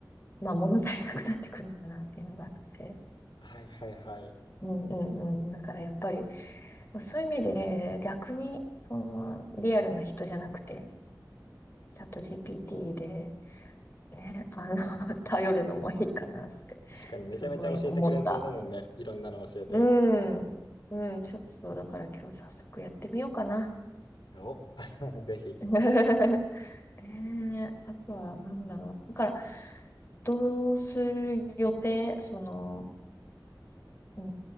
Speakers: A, on the left; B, on the left.
A: まあ物足りなくなってくるのかなっていうのがあって。
B: はいはいはい。
A: うんうんうん。だからやっぱり、そういう意味で逆に、その、リアルな人じゃなくて、チャット GPT で、ね、あの、<laughs> 頼るのもいいかなって、
B: 確かにめちゃめちゃ教えてくれそうだもんね。
A: すごい思った。
B: いろんなの教えて。
A: うん。うん、ちょっと、だから今日早速やってみようかな。
B: お、<laughs> ぜひ。
A: <laughs> ねえ、あとは、なんだろう。だから、どうする予定その、うー